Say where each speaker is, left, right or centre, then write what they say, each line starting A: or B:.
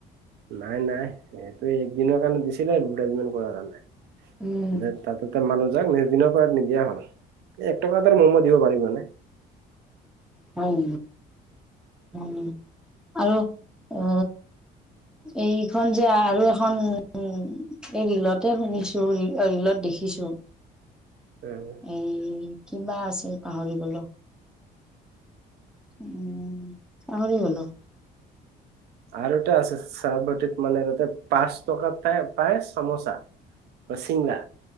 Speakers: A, on the right (about 75°); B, in the centre.
A: নাই, নাই সেইটো একদিনৰ কাৰণে দিছিলে এডভাৰটাইজমেন্ট কৰা কাৰণে।
B: উম।
A: দে তাতেতে মানুহ। যাক নিছদিনৰ পৰা নিদিয়া হ'ল এই এক টকা ত আৰু মৌমা দিব পাৰিব নে
B: হয় ন আৰু অ এইখন যে আৰু এখন উ এই ৰিলতে শুনিছো ৰিলত দেখিছো।
A: অ
B: এই কিবা আছিল পাহৰি গলো। উম পাহৰি গলো
A: আৰু এটা আছে চাহ বাটিত মানে তাতে পাঁচ টকাত পাই চামোচা। চিংৰা